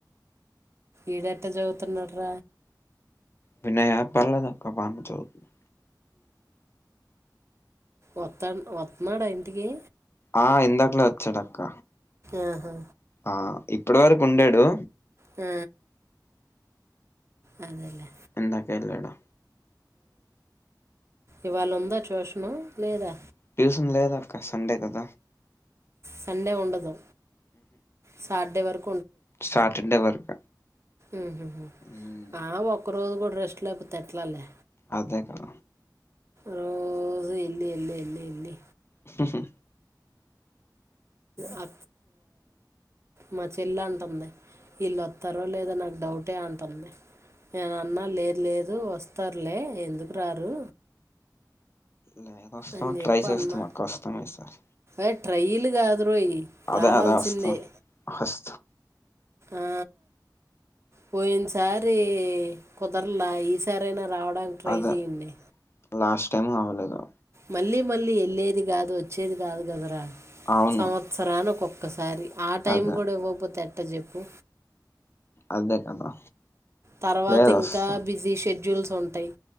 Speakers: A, on the right; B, on the left.
A: ఈడట్ట చోవితున్నాడ్ర
B: వినయ పర్లేదు అక్క బాగా చదువుతుండు
A: వత్తా వత్తన్నాడా ఇంటికి
B: ఆ ఇందాకులో వచ్చాడక్క
A: ఆహా
B: ఆ ఇప్పటి వరకు ఉండడాడు
A: ఆ అదేలేే
B: ఇందాకే వెళ్ళాడు
A: ఇవాళ ఉందా ట్యూషన్ లేదా
B: ్యూషన్ లేదకా సండే కద
A: సండే ఉండదు సాటర్డే వరకు
B: స్టార్టర్డే వరకు
A: ఉహ
B: ఉమ్
A: ఆ ఒక్క రోజు కూడా రెస్ట్ లేకపోతే ఎట్లాలే
B: అదే కాద
A: రోజ ఎన్ని ఎన్ని ఇన్ని ఇన్ని
B: హహహ
A: ఆ మా చెల్ల అంటుంది వీళ్ళు వస్తారో లేదా నాకు డౌటే అంటుంది నేన అన్నా లేదు లేదు వస్తారులే ఎందుకు రారు
B: లేద వస్తాం
A: అని చెప్పి
B: ట్రై చేస్తాం
A: అన్నా
B: అ వస్తమే సార్
A: ఏ ట్రైలు కాదు రోయ్
B: అదే
A: రావాల్సిందే
B: అదే అస్త అస్
A: ఆ పోయిన సారి కుదరలా ఈసారయినా రావడం అడానికి ట్రై
B: అదే
A: చేయండి
B: లాస్ట్ టైమ్ హవలేదు
A: మళ్ళీ మళ్ళీ వెళ్ళేది కాదు వచ్చేది కాదు కదరా
B: అవును
A: సంవత్సరానికి ఒక్కొక్కసారి ఆ టైం
B: అదే
A: కూడా ఇవ్వకపోతే ఎట్ట చెప్పు
B: అదే కదా
A: తర్వాత
B: లేదు
A: ఇంకా
B: అస్సలు
A: బిజీ షెడూ డ్యూల్స్ ఉంటాయి